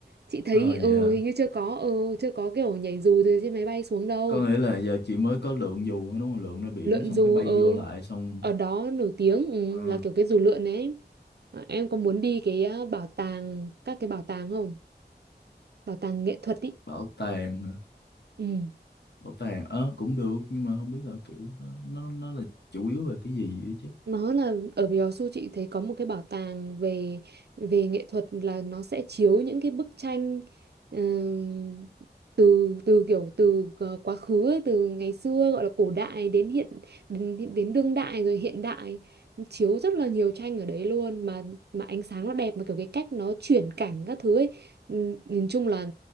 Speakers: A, on the right; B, on the left.
A: Chị thấy
B: ờ vậy
A: ừ
B: hả
A: hình như chưa có ừ chưa có kiểu nhảy dù từ trên máy bay xuống đâu.
B: có nghĩa là giờ chị mới có lượn dù thôi đúng không lượn ra biển
A: Lượn
B: xong
A: dù
B: cái bay
A: ừ
B: vô lại xong
A: ở đó nổi tiếng ừ,
B: ờ,
A: là kiểu cái dù lượn ấy. À, Em có muốn đi cái à, bảo tàng các cái bảo tàng không? Bảo tàng nghệ thuật ý.
B: bảo tàng hả
A: Ừ.
B: bảo tàng ờ cũng được nhưng mà không biết là kiểu nó nó, nó là chủ yếu về cái gì á chứ
A: nó là ở Yeosu chị thấy có một cái bảo tàng về về nghệ thuật là nó sẽ chiếu những cái bức tranh ừm, từ từ kiểu từ ờ, quá khứ ấy, từ ngày xưa gọi là cổ đại đến hiện đến, đến đương đại rồi hiện đại Nó chiếu rất là nhiều tranh ở đấy luôn mà mà ánh sáng nó đẹp mà kiểu cái cách nó chuyển cảnh các thứ ấy ừm, nhìn chung là